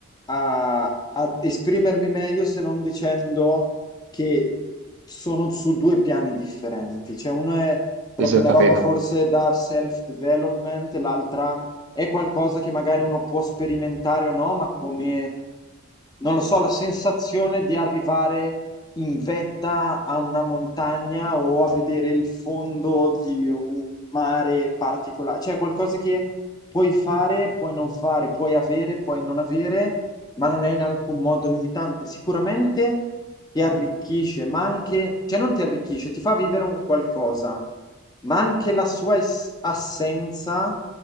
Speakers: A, on the left (about 20°); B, on the right (about 55°).
A: a, a esprimermi meglio se non dicendo che sono su due piani differenti. Cioè, uno è proprio
B: sì, sì, ho
A: una
B: capito.
A: roba forse da self-development, l'altra è qualcosa che magari uno può sperimentare o no, ma come, non lo so, la sensazione di arrivare in vetta a una montagna o a vedere il fondo di un mare particolare. Cioè, qualcosa che puoi fare, puoi non fare, puoi avere, puoi non avere ma non è in alcun modo limitante. Sicuramente ti arricchisce, ma anche, cioè non ti arricchisce, ti fa vivere un qualcosa, ma anche la sua es- assenza